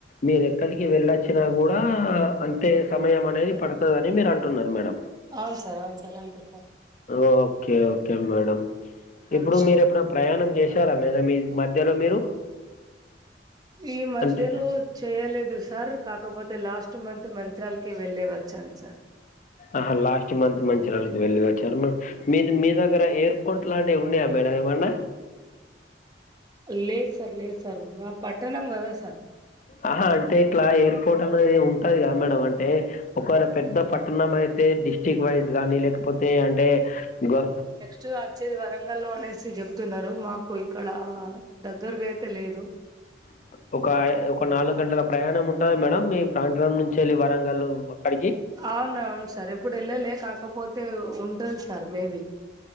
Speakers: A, on the left; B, on the right.
A: మీరు ఎక్కడికి వెళ్లొచ్చినా కూడా అంతే సమయం అనేది పడతాదని మీరు అంటున్నారు మేడం
B: అవును సార్ అవును సార్ అంతే సార్
A: ఓకే ఓకే మేడం
B: అంతా
A: ఇప్పుడు మీరు ఎప్పుడన్నా ప్రయాణం చేశారా మీరు మీ మధ్యలో మీరు
B: ఈ మధ్యలో
A: అంటే
B: చేయలేదు సార్ కాకపోతే లాస్ట్ మంత్ మంత్రాలకి వెళ్లి వచ్చాను సార్
A: ఆ లాస్ట్ మంత్ మంచిరళకి వెళ్ళి వచ్చారు మ్యామ్ మీది మీ దగ్గర ఎయిర్ పోర్ట్ లాంటివి ఉన్నాయా మేడం ఏమన్నా
B: లేదు సార్ లేదు సార్ మా పట్టణం కదా సార్
A: ఆహా అంటే ఇట్లా ఎయిర్ పోర్ట్ అనేది ఉంటది కదా మేడం అంటే ఒకవేళ పెద్ద పట్టణం అయితే డిస్టిక్ వైస్ గాని లేకపోతే అంటే గో
B: చు వచ్చేది వరంగల్ లో అనేసి చెప్తున్నారు మాకు ఇక్కడ దగ్గరగా అయితే లేదు
A: అ ఒక ఒక నాలుగు గంటల ప్రయాణం ఉంటాదా మేడం మీ ప్రాంతం నుంచి వెళ్లి వరంగల్ అక్కడికి
B: అవును అవును సార్ ఎప్పుడు వెళ్లలే కాకపోతే ఉంటది సార్ మేబి